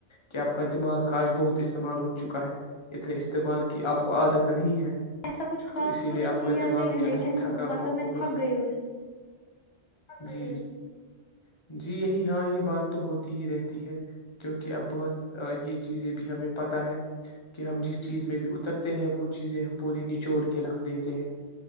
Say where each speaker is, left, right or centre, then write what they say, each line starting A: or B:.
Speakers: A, on the left; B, on the left.
A: کہ آپ کا دماغ کا آج بہت استعمال ہو چکا ہے اتنے استعمال کی آپ کو عادت نہیں ہے
B: ایسا کچھ خاص
A: تو اسی
B: کچھ
A: لیے آپ
B: کیایا
A: کا دماغ
B: نہیں
A: بھی
B: لیکن
A: ابھی تھکا
B: مطلب
A: ہوا
B: میں
A: ہوگا
B: تھک گئی ہوں
A: جی
B: سے
A: جی جی یہی ہاں یہ بات تو ہوتی ہی رہتی ہے کیونکہ اب بہت یہ چیزیں بھی ہمیں پتہ ہے کہ ہم جس چیز میں بھی اترتے ہیں وہ چیزیں ہم پوری نچوڑ کے رکھ دیتے ہیں